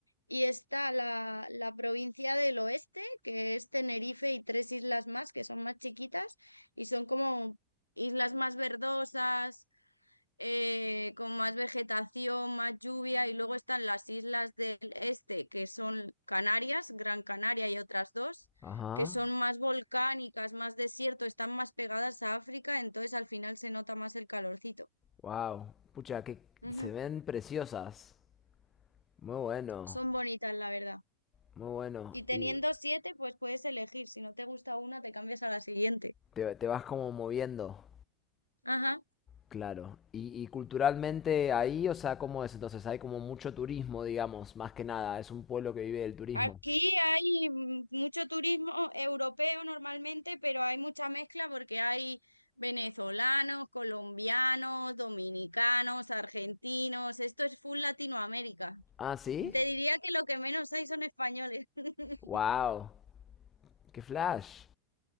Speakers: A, on the left (about 90°); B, on the left (about 25°).
A: y está la, la provincia del oeste, que es Tenerife y tres islas más, que son más chiquitas y son como islas más verdosas eh, con más vegetación, más lluvia, y luego están las islas del este, que son Canarias, Gran Canaria y otras dos,
B: Ajá.
A: que son más volcánicas, más desierto, están más pegadas a África, entonces al final se nota más el calorcito.
B: Wow. Pucha, que
A: Ujú.
B: se ven preciosas. Muy bueno,
A: Son bonitas, la verdad.
B: muy bueno.
A: Y teniendo
B: Y
A: siete, pues puedes elegir. Si no te gusta una, te cambias a la siguiente.
B: te, te vas como moviendo.
A: Ajá.
B: Claro, y, y culturalmente ahí, o sea, ¿cómo es entonces? Hay como mucho turismo, digamos, más que nada, es un pueblo que vive del turismo.
A: Aquí hay mm, mucho turismo europeo normalmente, pero hay mucha mezcla porque hay venezolanos, colombianos, dominicanos, argentinos. Esto es full Latinoamérica.
B: Ah, ¿sí?
A: Te diría que lo que menos hay son españoles. <laughs>
B: ¡Wow! ¡Qué flash!